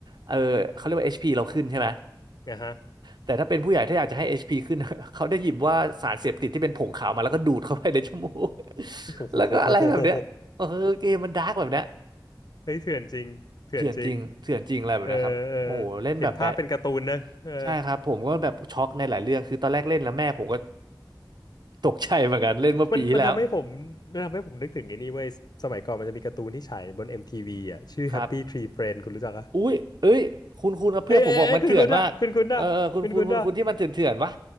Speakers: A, on the right; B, on the left.
A: เออเขาเรียกว่า HP เราขึ้นใช่ไหม
B: นะฮะ
A: แต่ถ้าเป็นผู้ใหญ่ถ้าอยากจะให้ HP ขึ้น <laughs> เขาได้หยิบว่าสารเสพติดที่เป็นผงขาวมาแล้วก็ดูดเข้าไปในจมูก <laughs>
B: โอ้โ
A: แล้วก็อะไรแบบเนี้ยเออเกมมันดาร์กแบบเนี้ย
B: หเฮ้ยเถื่อนจริงเถื่อนจริง
A: เถื่อนจริงเถื่อนจริงอะไรแบบเนี้ยครับโอ้โหเล่นแบบแบะ
B: เออเออเห็นภาพเป็นการ์ตูนนะเออ
A: ใช่ครับผมก็แบบช็อกในหลายเรื่องคือตอนแรกเล่นแล้วแม่ผมก็ตกใจเหมือนกันเล่นเมื่อปีที่แล้ว
B: มันมันทำให้ผมมันทำให้ผมนึกถึงไอ้นี่เว้ยสมัยก่อนมันจะมีการ์ตูนที่ฉายบน MTV อมทีวีอ่ะชื่อ
A: ครับ
B: Happy Tree Friends คุณรู้จักอ่ะ
A: อุ้ยเอ้ยคุณคุณนะเพื่อนผมบอกมันเถื่อนมากเออเออคุณคุณคุณคุณที่มันเถื่อนเถื่อนวะ
B: เฮ้ยเฮ้ยเฮ้ยคุณคุณอ่ะคุณคุณอ่ะคุณคุณอ่ะ